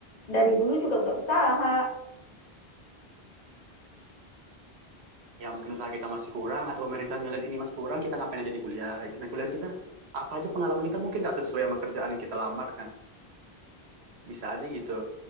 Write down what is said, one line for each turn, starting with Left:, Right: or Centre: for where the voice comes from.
Left: dari dulu juga udah usaha.
Right: Ya mungkin usaha kita masih kurang atau pemerintah ngeliat ini masih kurang, kita ngapain aja di kuliah. Nah, kuliah kita apa aja pengalaman kita mungkin nggak sesuai sama kerjaan yang kita lamar kan. Bisa aja gitu.